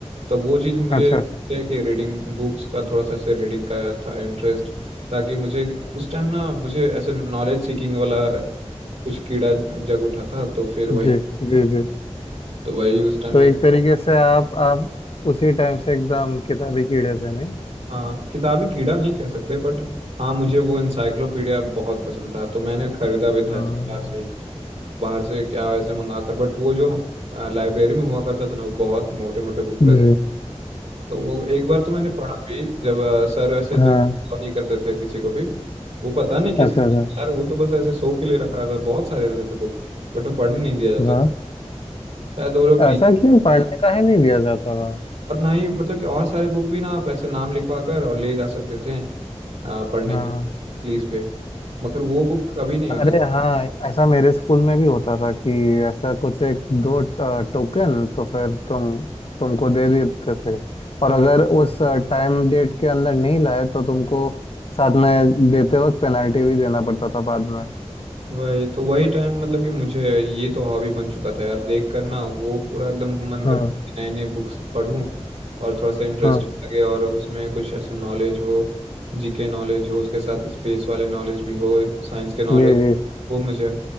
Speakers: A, on the right; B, on the left.
A: तो वो चीज़ मुझे
B: अच्छा अच्छा
A: है कि रीडिंग बुक्स का थोड़ा सा से रीडिंग का था इंटरेस्ट ताकि मुझे उस टाइम ना मुझे ऐसे नॉलेज सीकिंग वाला कुछ कीड़ा जग उठा था तो फिर वही
B: जी जी जी
A: तो वही उस टाइम
B: तो
A: में
B: एक तरीके से आप आप उसी टाइम से एकदम किताबी कीड़े थे नहीं
A: हाँ किताबी कीड़ा नहीं कह सकते बट हाँ मुझे वो इंसाइक्लोपीडिया बहुत पसंद था तो मैंने खरीदा भी
B: हाँ,
A: था ऐसे बाहर से ही बाहर से क्या ऐसे मंगा कर बट वो जो लाइब्रेरी में हुआ करता था ना वो बहुत मोटे मोटे बुक
B: जी
A: तो वो एक बार तो मैंने पढ़ा भी जब अ, सर वैसे तो
B: हाँ
A: allow नहीं करते थे किसी को भी वो पता नहीं किसके
B: अच्छा
A: लिए
B: अच्छा
A: यार वो तो बस ऐसे शो के लिए रखा था बहुत सारे रहते थे बुक बट वो पढ़ने नहीं दिया जाता
B: वाह
A: था शायद वो लोग टीचर
B: ऐसा क्यों पढ़ने का ही नहीं लिया जाता था
A: और ना ही मतलब कि और सारे बुक भी ना आप ऐसे नाम लिखवा कर और ले जा सकते थे अ, पढ़ने
B: हाँ
A: के प्लीज पे मगर वो बुक कभी नहीं
B: अरे
A: होता
B: हाँ ऐसा मेरे स्कूल में भी होता था कि ऐसा कुछ एक दो ट- टोकन तो फिर तुम तुमको दे देते थे और अगर उस टाइम डेट के अंदर नहीं लाए तो तुमको साथ में देते वक्त पेनल्टी भी देना पड़ता था बाद में
A: वही तो वही टाइम मतलब कि मुझे ये तो हॉबी बन चुका था यार देख कर ना वो पूरा एकदम मन करता
B: हाँ
A: है कि नए नए बुक्स पढूं और थोड़ा सा इंटरेस्टिंग
B: हाँ
A: लगे और उसमें कुछ ऐसे नॉलेज हो जीके नॉलेज हो उसके साथ स्पेस वाले नॉलेज भी हो साइंस के नॉलेज
B: जी जी
A: वो मुझे